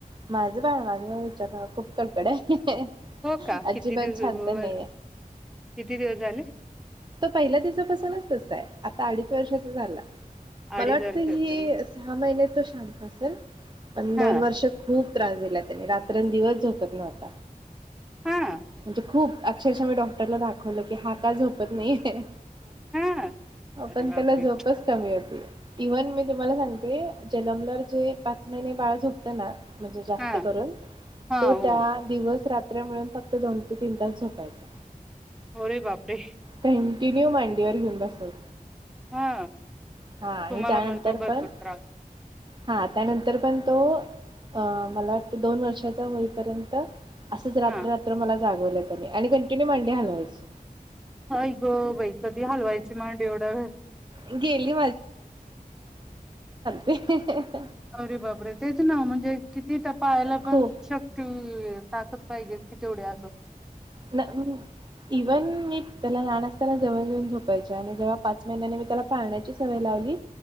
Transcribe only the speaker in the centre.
हो का
किती दिवसर
किती दिवस झाले.
अडीच वर्षाच
हा
हा हा
हा अरे
बापरे
हा
हा
हो
होरे बापरे.
हा
तुम्हाला
म्हणतो भरपूर
त्रास
हा
अऐ ग बाई कधी हलवायची मांड एवढा वेळ.
अरे बाबरे तेच ना म्हणजे. किती त्या पाहायला
पण शक्ती ताकद. पाहिजे कि तेवढ्या असो.